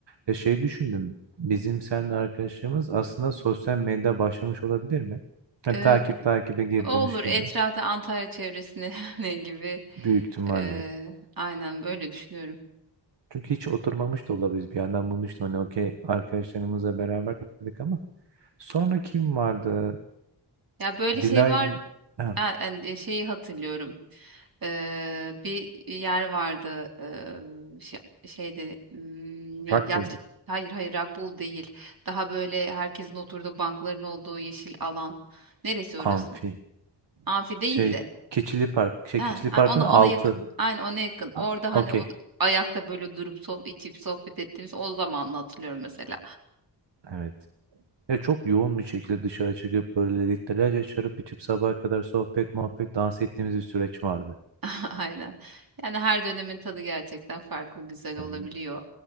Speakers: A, on the right (about 75°); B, on the right (about 55°).
A: Ya şey düşündüm. Bizim seninle arkadaşlığımız aslında sosyal medyada başlamış olabilir mi? Yani
B: Ee,
A: takip takibe geri
B: olur
A: dönüş gibi.
B: etrafta Antalya çevresine <laughs> ne gibi.
A: Büyük ihtimalle.
B: Ee, aynen öyle düşünüyorum.
A: Çünkü hiç oturmamış da olabiliriz. Bir yandan bunu düşündüm. Hani okey arkadaşlarımızla beraber dedik ama sonra kim vardı?
B: Ya böyle
A: Dilay
B: şey var.
A: ha,
B: Ha, hani, e, şeyi hatırlıyorum. Ee, bir yer vardı. ee, şey, şeyde hmm, ya-
A: Rockpool
B: yat
A: mu?
B: Hayır hayır rakbul değil. Daha böyle herkesin oturduğu bankların olduğu yeşil alan. Neresi orası?
A: Amfi
B: Amfi değil
A: şey
B: de.
A: Keçili Park şey
B: Ha,
A: Keçili
B: a-
A: Park'ın
B: ona
A: altı.
B: ona yakın. Aynı ona yakın.
A: A-
B: Orada hani
A: Okey.
B: o ayakta böyle durup sohbet, içip sohbet ettiğimiz o zaman hatırlıyorum mesela.
A: Evet. Ya çok yoğun bir şekilde dışarı çıkıp böyle litrelerce şarap içip sabaha kadar sohbet, muhabbet, dans ettiğimiz bir süreç vardı.
B: <laughs> Aynen. Yani her dönemin tadı gerçekten farklı güzel olabiliyor.
A: Evet.